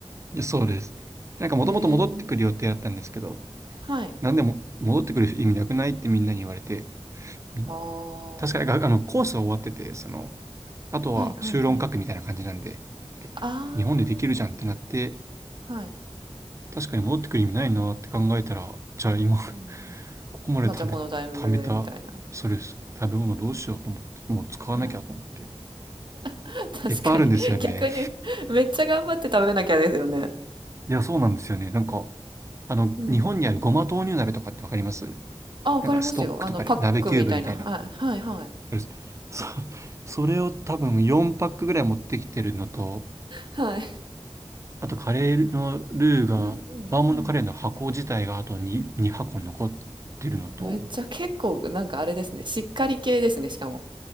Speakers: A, on the right; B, on the right.
A: いやそうです。なんかもともと戻ってくる予定だったんですけど、
B: へえ。はい。
A: なんでも戻ってくる意味なくないってみんなに言われて、うん
B: ああ。
A: 確かにあのコースは終わってて、その、あとは修論書くみたいな感じなんで、
B: はいはいはい。あ
A: 日本でできるじゃんってなって、
B: あ、はい。
A: 確かに戻ってくる意味ないなって考えたら、じゃあ今 <laughs>
B: うんうん。
A: ここまで食べ、
B: まあじゃあこのタイミングでみたいな。
A: 貯めた、それです。食べ物どうしようと思って、もう使わなきゃと思って。
B: はい。<laughs> 確かに。
A: いっぱいあるんですよね。
B: 逆に、めっちゃ頑張って食べなきゃですよね。
A: いや、そうなんですよね。なんか、あの、
B: うんうん。
A: 日本にあるごま豆乳鍋とかってわかります
B: あ、わかりますよ。
A: なんかストックとかで鍋キューブみたいな。
B: あの、パックみたいな。はい。
A: う
B: はいはい。
A: るすそれ、そそれを多分4パックぐらい持ってきてるのと、
B: はい。
A: あとカレーのルーが、
B: うんうんうん。
A: バーモントカレーの箱自体があと2、2箱残ってるのと、
B: めっちゃ結構なんかあれですね。しっかり系ですね、しかも。